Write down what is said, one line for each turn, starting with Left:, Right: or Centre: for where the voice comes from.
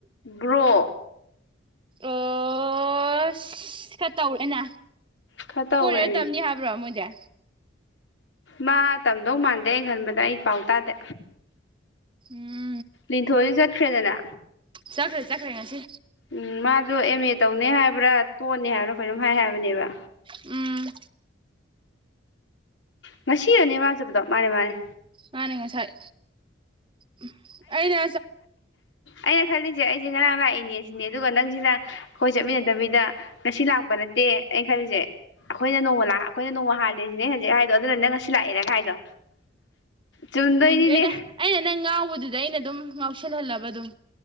Left: ꯕꯔꯣ
Right: ꯑꯣꯁ ꯈꯔ ꯇꯧꯔꯦꯅ
Left: ꯈꯔ ꯇꯧꯈ꯭ꯔꯦ
Right: ꯍꯣꯏꯗ
Left: ꯃꯤ
Right: ꯇꯝꯅꯤ ꯍꯥꯏꯕ꯭ꯔꯣ ꯃꯣꯏꯗꯤ
Left: ꯃꯥ ꯇꯝꯗꯧ ꯃꯥꯟꯗꯦ ꯑꯩꯅ ꯈꯟꯕꯗ ꯑꯩ ꯄꯥꯎ ꯇꯥꯗꯦ
Right: ꯎꯝ
Left: ꯂꯤꯟꯊꯣꯏꯁꯨ ꯆꯠꯈ꯭ꯔꯦꯗꯅ
Right: ꯆꯈ꯭ꯔꯦ ꯆꯈ꯭ꯔꯦ ꯉꯁꯤ
Left: ꯎꯝ ꯃꯥꯁꯨ ꯑꯦꯝ ꯑꯦ ꯇꯧꯅꯦ ꯍꯥꯏꯕ꯭ꯔꯥ ꯇꯣꯛꯅꯤ ꯍꯥꯏꯕ꯭ꯔꯥ ꯀꯩꯅꯣꯝ ꯍꯥꯏ ꯍꯥꯏꯕꯅꯦꯕ
Right: ꯎꯝ
Left: ꯉꯁꯤꯔꯅꯦ ꯃꯥꯟ ꯆꯠꯄꯗꯣ ꯃꯥꯅꯦ ꯃꯥꯅꯦ
Right: ꯃꯥꯅꯦ ꯉꯁꯥꯏ ꯎꯝ ꯑꯩꯅ
Left: ꯑꯦ ꯑꯩꯅ ꯈꯜꯂꯤꯁꯦ ꯑꯩꯁꯦ ꯉꯔꯥꯡ ꯂꯥꯛꯏꯅꯦ ꯁꯤꯅꯦ ꯑꯗꯨꯒ ꯅꯪꯁꯤꯅ ꯑꯩꯈꯣꯏ ꯆꯠꯃꯤꯟꯅꯗꯕꯤꯗ ꯉꯁꯤ ꯂꯥꯛꯄ ꯅꯠꯇꯦ ꯑꯩꯅ ꯈꯜꯂꯤꯁꯦ ꯑꯩꯈꯣꯏꯅ ꯅꯣꯡꯃ ꯂꯛ ꯑꯩꯈꯣꯏꯅ ꯅꯣꯡꯃ ꯍꯥꯜꯂꯤꯁꯤꯅꯦ ꯍꯧꯖꯤꯛ ꯍꯥꯏꯗꯣ ꯑꯗꯨꯅ ꯅꯦ ꯅꯪ ꯉꯁꯤ ꯂꯥꯛꯏꯔꯒ ꯍꯥꯏꯗꯣ ꯆꯨꯝꯗꯣꯏꯅꯤꯅꯦ
Right: ꯎꯗꯩꯗ ꯑꯩꯅ ꯅꯪ ꯌꯥꯎꯕꯗꯨꯗ ꯑꯩꯅ ꯑꯗꯨꯝ ꯉꯥꯎꯁꯤꯜꯍꯜꯂꯕ ꯑꯗꯨꯝ